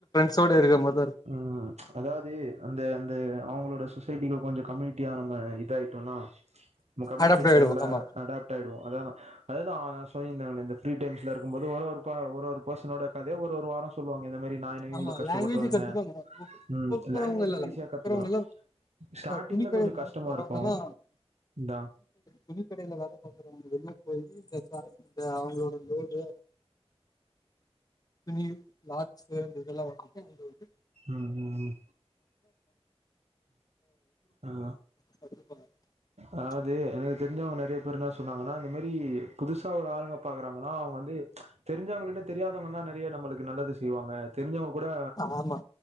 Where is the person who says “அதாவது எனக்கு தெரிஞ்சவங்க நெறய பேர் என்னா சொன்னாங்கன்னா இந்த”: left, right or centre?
Right